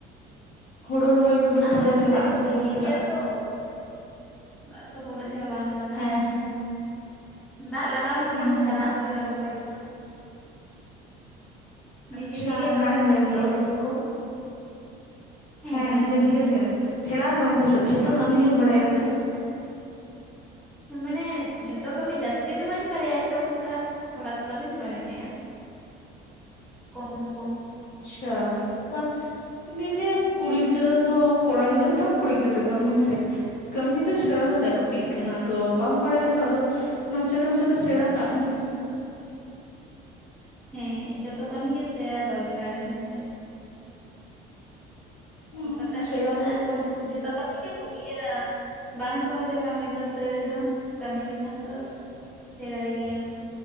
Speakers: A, on the left; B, in the centre.
A: ᱦᱳᱲᱳ ᱨᱚᱦᱚᱭ ᱠᱚᱫᱚ,
B: ᱟᱫᱚ
A: ᱛᱟᱦᱟᱞᱮ
B: ᱟᱞᱮ
A: ᱪᱟᱞᱟᱜ
B: ᱥᱮᱫ
A: ᱟᱢ
B: ᱫᱚ
A: ᱥᱮ,
B: ᱫᱷᱤᱨᱤ
A: ᱵᱟᱢ ᱪᱟᱞᱟᱜ-ᱟ?
B: ᱜᱮᱭᱟ ᱛᱚ ᱫᱟᱜ ᱠᱚᱫᱚ, ᱩᱱᱟᱹᱜ ᱪᱮᱨᱦᱟ ᱵᱟᱝ ᱞᱟᱜᱟᱜᱼᱟ।
A: ᱦᱮᱸ
B: ᱫᱟᱜ ᱞᱟᱜᱟᱣ ᱞᱮᱱᱠᱷᱟᱱ
A: ᱦᱩᱸ
B: ᱫᱚ,
A: ᱦᱩᱸ
B: ᱪᱟᱞᱟᱜ ᱦᱳᱭᱳᱜ-ᱟ, ᱨᱚᱦᱚᱭ ᱦᱳᱭᱳᱜ-ᱟ। ᱱᱤᱡᱮ
A: ᱟᱪᱪᱷᱟ,
B: ᱛᱮᱜᱮ ᱨᱚᱦᱚᱭ
A: ᱜᱟᱱ ᱜᱮᱭᱟᱢ
B: ᱵᱷᱟᱜᱤᱭᱟ
A: ᱛᱚ ᱨᱚᱦᱚᱭ ᱠᱚ? ᱦᱮᱸ
B: ᱜᱟᱱ
A: ᱱᱤᱡᱮ
B: ᱜᱤᱭᱟᱹᱧ
A: ᱛᱮᱜᱮ ᱦᱳᱭᱳᱜ-ᱟ, ᱥᱮᱬᱟ ᱠᱟᱫᱟᱢ ᱛᱚ, ᱡᱷᱚ ᱡᱷᱚᱛᱚ ᱠᱟᱹᱢᱤ ᱜᱮᱢ ᱵᱟᱲᱟᱭᱟ ᱛᱚ?
B: ᱢᱟᱱᱮ ᱡᱷᱚᱛᱚ ᱠᱟᱹᱢᱤ ᱡᱟᱹᱥᱛᱤ ᱫᱚ, ᱵᱟᱹᱧ ᱵᱟᱲᱟᱭᱟ ᱛᱚ ᱚᱱᱠᱟ, ᱛᱷᱚᱲᱟ ᱛᱷᱚᱲᱟ ᱫᱚᱧ ᱵᱟᱲᱟᱭᱟ। ᱠᱚᱢ, ᱠᱚᱢ᱾
A: ᱟᱪᱪᱷᱟ, ᱵᱟ᱾ ᱤᱧᱫᱩᱧ ᱞᱟᱹᱭᱟ ᱠᱩᱲᱤ ᱜᱤᱫᱽᱨᱟᱹ ᱫᱚ, ᱠᱚᱲᱟ ᱜᱤᱫᱽᱨᱟᱹ ᱛᱟᱢ ᱠᱩᱲᱤ ᱜᱤᱫᱽᱨᱟᱹ ᱛᱟᱢ, ᱦᱮᱸᱥᱮ। ᱠᱟᱹᱢᱤ ᱫᱚ, ᱥᱮᱬᱟ ᱫᱚ ᱞᱟᱹᱠᱛᱤ। ᱛᱤᱜ ᱠᱟᱱᱟ,
B: ᱦᱮᱸ
A: ᱟᱫᱚ ᱵᱟᱢ ᱵᱟᱲᱟᱭᱟ, ᱫᱚ ᱟᱫᱚ ᱱᱟᱥᱮ ᱱᱟᱥᱮ ᱫᱚ, ᱥᱮᱬᱟ ᱠᱟᱜ ᱢᱮ ᱦᱮᱸᱥᱮ।
B: ᱦᱮᱸ ᱡᱚᱛᱚ ᱠᱟᱹᱢᱤ ᱜᱮ ᱥᱮ, ᱥᱮᱬᱟ ᱫᱚᱨᱠᱟᱨ ᱦᱮᱸ ᱥᱮ।
A: ᱦᱩᱸ
B: ᱚᱠᱟᱴᱟᱜ
A: ᱥᱮᱬᱟ ᱫᱚᱨᱠᱟᱨᱟ
B: ᱟᱨ ᱡᱚᱛᱚ, ᱠᱟᱹᱢᱤ ᱜᱮ ᱤᱭᱟᱹ, ᱵᱟᱝ ᱥᱚᱦᱚᱡᱟ ᱠᱟᱹᱢᱤ ᱫᱚ, ᱛᱟᱹᱣ ᱨᱮ ᱦᱚᱸ ᱠᱟᱹᱢᱤ ᱞᱮᱠᱷᱟᱱ ᱫᱚ, ᱥᱮᱬᱟᱭ ᱜᱮᱭᱟᱢ।